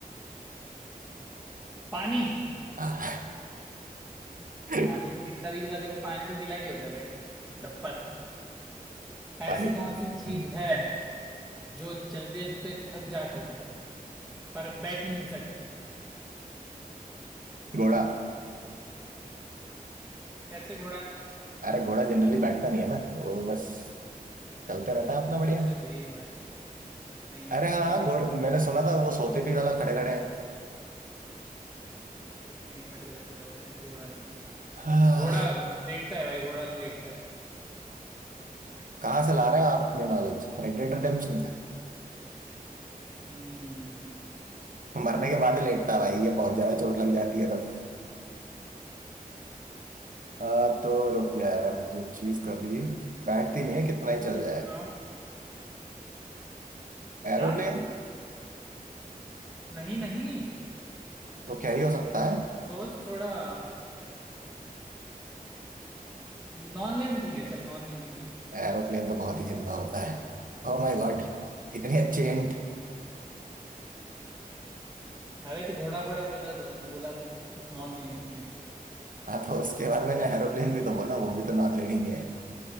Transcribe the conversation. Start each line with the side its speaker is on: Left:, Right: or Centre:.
Centre: पानी
Right: हाँ। <laughs>
Centre: पानी को कितना भी गीला करो पानी तो गीला ही होता है बट डफर ऐसी
Right: पानी
Centre: कौन सी चीज
Right: हम्म।
Centre: है जो चलते चलते थक जाती है पर बैठ नहीं सकती
Right: <laughs> घोड़ा
Centre: कैसे घोड़ा
Right: अरे घोड़ा जनरली बैठता नहीं है ना वो बस चलते रहता है अपना बढ़िया
Centre: कुछ भी भाई नहीं नहीं
Right: अरे हाँ
Centre: ये तो गलत
Right: घोड़
Centre: जवाब
Right: मैंने
Centre: है
Right: सुना था वो सोते भी साला खड़े खड़े हैं
Centre: नहीं बट गलत जवाब है घोड़ा नहीं है
Right: हाँ,
Centre: घोड़ा लेटता है भाई घोड़ा लेटता है
Right: <sighs> कहाँ से ला रहे हैं आप अपनी नॉलेज रेड डेड रिडेम्पशन से
Centre: हम्म
Right: मरने के बाद ही लेटता है भाई ये बहुत ज्यादा चोट लग जाती है तब हाँ, तो रुक जा यार जो चीज कभी बैठती नहीं है कितना ही चल जाए
Centre: हाँ
Right: एरोप्लेन
Centre: क्या नहीं नहीं
Right: तो क्या ही हो सकता है
Centre: सोच थोड़ा नॉन लिविंग थिंग है चल नॉन लिविंग थिंग है
Right: एरोप्लेन तो बहुत ही जिंदा होता है ओ माय गॉड इतनी अच्छी हिंट
Centre: अरे तू घोड़ा घोड़ा बोल रहा था तो मैं बोला नॉन लिविंग थिंग है
Right: हाँ तो उसके बाद मैंने एरोप्लेन भी तो बोला वो भी तो नॉन लिविंग ही है